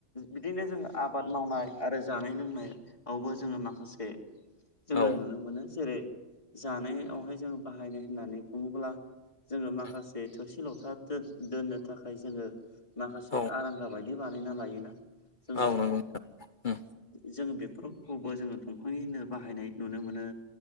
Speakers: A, on the left (about 25°); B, on the left (about 45°).
A: बिदिनो जोङो आबाद मावनाय आरो जानाय लोंनायावबो जोङो माखासे जोङो
B: औ
A: नुनो मोनो जेरै जानायावहाय जोङो बाहायनाय होननानै बुङोब्ला जोङो माखासे
B: उम
A: थोरसि लथा दोननो थाखाय जोङो माखासे
B: औ
A: आरांगा बायदि बि बानायना लायोना जोङो
B: औ नंगौ नोंथां उम
A: जोङो बेफोरखौबो जोङो दंफांनिनो बाहायनाय नुनो मोनो